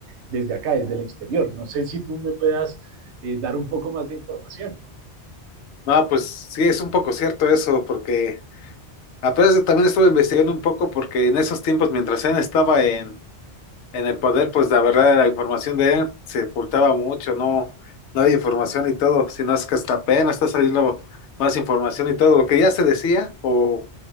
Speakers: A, on the right; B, on the left.
A: desde acá, desde el exterior. No sé si tú me puedas eh, dar un poco más de información.
B: No, pues sí, es un poco cierto eso, porque apenas también estuve investigando un poco porque en esos tiempos, mientras él estaba en En el poder, pues la verdad, la información de él se ocultaba mucho, no, no había información y todo, sino es que hasta apenas está saliendo más información y todo, lo que ya se decía o